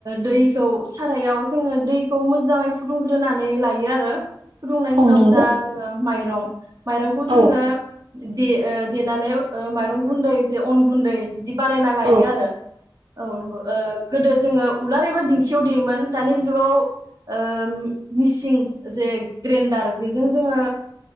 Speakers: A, on the right; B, on the right.
A: दैखौ सारायाव जोंङो दैखौ मोजाङै फुदुंग्रोनानै लायो आरो। फुदुंनायनि
B: औ
A: उनाव
B: नंगौ
A: जा जोंङो माइरं माइरंखौ जोंङो
B: औ
A: दे ओ देनानै ओ माइरं गुन्दै जे अन गुन्दै बिदि बानायना लायो
B: औ
A: आरो औ नंगौ ओ गोदोस जोङो उलार एबा दिंखियाव देयोमोन दानि जुगाव ओ‌ मिसिं जे ग्रेन्डार बेजों जोङो